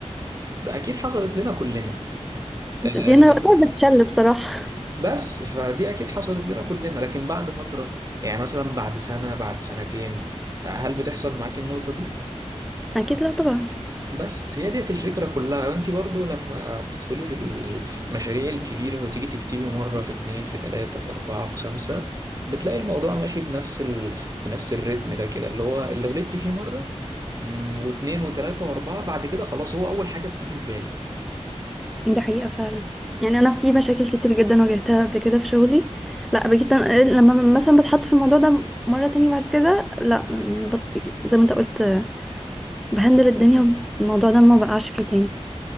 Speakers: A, on the right; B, in the centre.
A: ده أكيد حصلت لنا كلنا آه،
B: دي أنا وقتها بتشل بصراحة
A: بس فدي أكيد حصلت لنا كلنا لكن بعد فترة يعني مثلا بعد سنة بعد سنتين هل بتحصل معاك النقطة دي؟
B: أكيد لا طبعا
A: بس هي ديت الفكرة كلها وانت برضو لما بتدخلي في المشاريع الكبيرة وتيجي تكتبي مرة في اتنين في تلاتة في أربعة في خمسة بتلاقي الموضوع ماشي بنفس ال... بنفس الريتم ده كده اللي هو اللي غلطتي فيه مرة مم، واتنين وتلاتة وأربعة بعد كده خلاص هو أول حاجة بتيجي في بالك
B: ده حقيقة فعلا يعني أنا في مشاكل كتير جدا واجهتها قبل كده في شغلي لا بجد لما مثلا بتحط في الموضوع ده مرة تاني بعد كده لا يعني بط... زي ما انت قلت بهندل الدنيا الموضوع ده ما بقعش فيه تاني